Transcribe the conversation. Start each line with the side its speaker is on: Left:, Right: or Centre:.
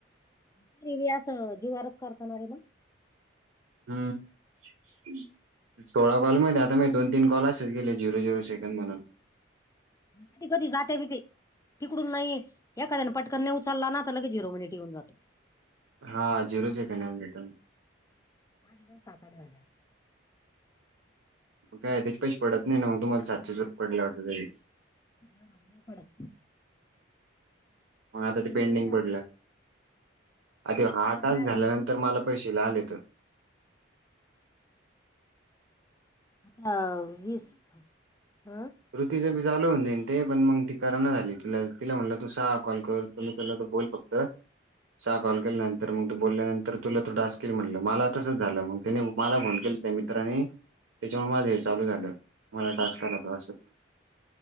Left: <unintelligible>
Right: हम्म सोळा कॉल मध्ये आत त मे दोन, तीन कॉल असेच गेले झीरो, झीरो सेकंद म्हणून.
Left: कधी कधी जाते बी ते. तिकडून नाही एखाद्या पटकन नाही उचलला ना तर लगे झिरो मिनिट येऊन जातो.
Right: हा झेरोज काम का.
Left: आणि साताऱ्यात.
Right: मग काय त्याच्या पैसे पडत नाही ना मग तुम्हाला सातशे रुपय पडल्यावरटत.
Left: ह नंद पड.
Right: म आता ते पेंडिंग
Left: दीड झाले
Right: पडलं. अ ते
Left: तिकडच्या
Right: हा टास्क
Left: बायाला
Right: झाल्यानंतर
Left: दीड दीड झाले
Right: मला पैशे ला आले तर.
Left: हां वीस हं
Right: कृतीची च भी चालु होऊन जाईन ते पण मंग ती कर ना झाली तिला तिला म्हणलं तू सहा कॉल कर जर उचलला तर बोल फक... अ सहा कॉल केल्यानंतर मग ते बोलल्यानंतर तुला तो टास्क ईल म्हणलं मला तसच झालं मग त्याने मला फोन केलत्या... त राणी. त्याच्यामुळे माझ ही चालू झालं मला टास्क आला त असं